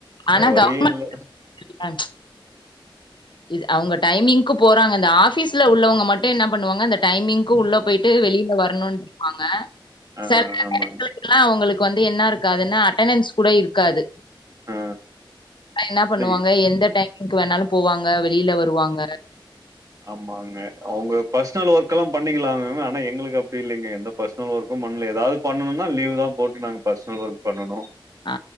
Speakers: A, on the left; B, on the right.
A: ஆனா
B: வேற வழியே
A: கவுர்மெண்ட்
B: இல்ல
A: ல இது அவுங்க டைமிங்க்கு போறாங்க இந்த ஆஃபீஸ்ல உள்ளவங்க மட்டு என்ன பண்ணுவாங்க இந்த டைமிங் கு உள்ள போயிட்டு வெளியில வரணுன்ருப்பாங்க
B: ஆ
A: செல
B: ஆமாங்க
A: எடத்துலலா அவுங்களுக் வந்து என்னா இருக்காதுனா அட்டணன்ஸ் கூட இருக் காது
B: ஆ
A: என்ன பண்ணுவாங்க
B: டேய்
A: எந்த டைமுக்கு வேணாலு போவாங்க வெளியில வருவாங்க.
B: ஆமாங்க அவுங்க பர்சனல் ஒர்க்கெல்லா பண்ணங்கலாமே ஆனா எங்களுக்கு அப்டி இல்லைங்க எந்த பர்சனல் ஒர்க்கு பண்ணல ஏதாவது பண்ணனும்னா லீவ் தா போட்டு நாங்க பர்சனல் ஒர்க் பண்ணனு
A: ஆ